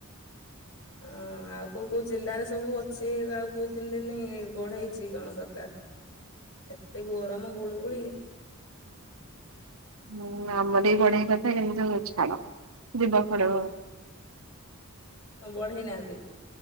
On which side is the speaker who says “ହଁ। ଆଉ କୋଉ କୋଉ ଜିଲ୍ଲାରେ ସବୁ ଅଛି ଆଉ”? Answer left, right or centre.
Left